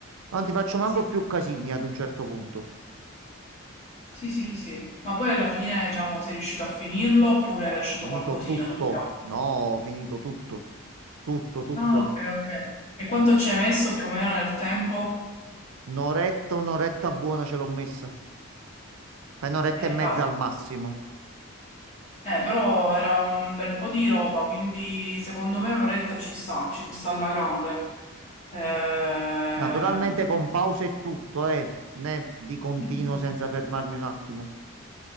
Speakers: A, on the right; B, on the left.
A: Non ti faccio manco
B: Sì,
A: più
B: sì.
A: casini ad un certo punto.
B: Sì, sì, sì. Ma poi alla fine, diciamo, sei riuscito a finirlo oppure hai lasciato
A: Finito
B: qualcosina
A: tutto.
B: sul piatto?
A: No, finito tutto. Tutto, tutto.
B: No, ok, ok. E quanto ci hai messo più o meno nel tempo?
A: Un'oretta, un'oretta buona ce l'ho messa. Fai un'oretta
B: Eh,
A: e mezza
B: cavolo.
A: al massimo.
B: Eh, però era un bel po' di roba, quindi secondo me un'oretta ci sta, ci sta alla grande. Eh,
A: Naturalmente con pause e tutto, eh. Né di continuo
B: sì, sì, sì.
A: senza fermarmi un attimo.